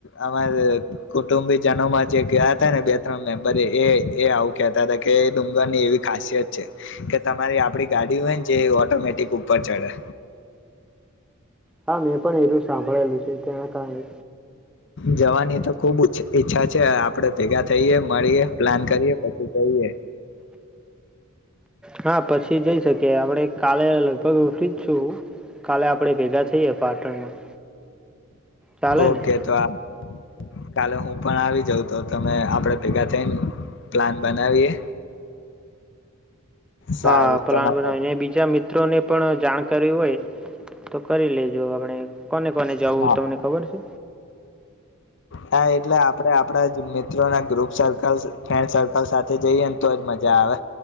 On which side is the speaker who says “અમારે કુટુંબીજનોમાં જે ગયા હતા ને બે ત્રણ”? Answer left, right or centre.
Left